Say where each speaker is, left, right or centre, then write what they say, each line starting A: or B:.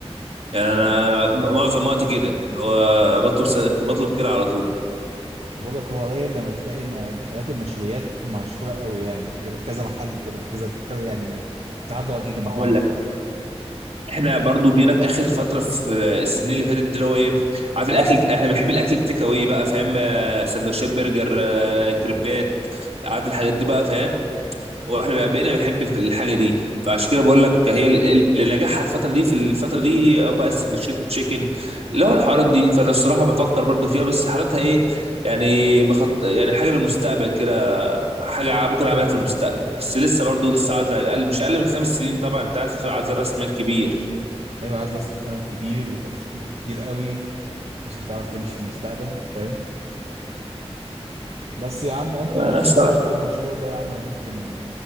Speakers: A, on the right; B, on the right.
A: يعني انا معظم وقتي كده هو بطلب س- بطلب كده على طول
B: أنا بقول لك هو قليل لما تلاقي م- محلات المشويات مشهوره قوي يعني غير كذا محل كده كذا كذا يعني يتعدوا على ايد المطاعم
A: هقول لك
B: دي
A: احنا برضو جينا في اخر فتره في السنين اللي فاتت دي اللي هو ايه عارف الاكل احنا بنحب الاكل التيك اواي بقى فاهم آه، سندوتشات برجر آه، كريبات عارف الحاجات دي بقى فاهم واحنا بقى- بقينا بنحب الف- الحاجه دي فعشان كده بقول لك هي ال- اللي نجحها الفتره دي في الفتره دي او بقى السندوتشات تشيكن اللي هو الحوارات دي فانا الصراحه بفكر برضو فيها بس حالتها ايه يعني بخط يعني حاجه للمستقبل كده حاجه ع- ممكن اعملها في المستقبل بس لسه برضو لسه عاوز اقل مش اقل من خمس سنين طبعا انت عارف عايز راس مال كبير
B: ايوه عايز راس مال كبير وتخطيط كتير قوي عشان تعرف تمشي في المستقبل فاهم بس يا عم انت لو هت-
A: انا الصراحه
B: هتمشي في المشروع ده يا عم انا ممكن